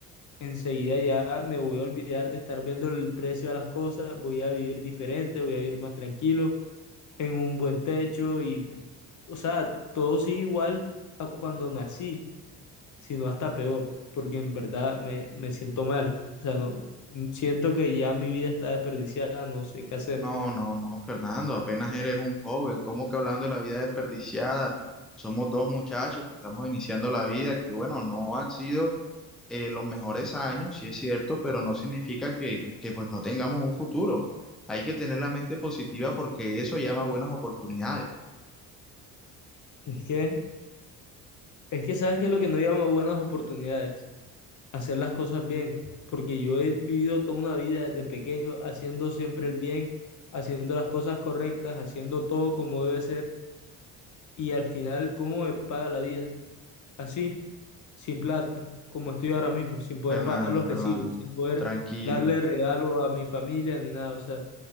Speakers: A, on the left; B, in the centre.
A: enseguida ya me voy a olvidar de estar viendo el precio de las cosas, voy a vivir diferente, voy a vivir más tranquilo, en un buen techo y, o sea, todo sigue igual a cuando nací. sino hasta peor, porque en verdad me, me siento mal. O sea, no, siento que ya mi vida está desperdiciada, no sé qué hacer.
B: No, no, no, Fernando, apenas eres un joven, ¿cómo que hablando de la vida desperdiciada? Somos dos muchachos que estamos iniciando la vida, que bueno, no han sido eh, los mejores años, sí es cierto, pero no significa que, que pues no tengamos un futuro. Hay que tener la mente positiva porque eso llama buenas oportunidades.
A: Es que, es que sabes que es lo que no llama buenas oportunidades, hacer las cosas bien, porque yo he vivido toda una vida desde pequeño haciendo siempre el bien, haciendo las cosas correctas, haciendo todo como debe ser, y al final, ¿cómo me paga la vida? Así, sin plata, como estoy ahora mismo, sin poder
B: Fernando,
A: pagar los
B: Fernando,
A: recibos, sin poder
B: tranquilo.
A: darle regalo a mi familia ni nada, o sea.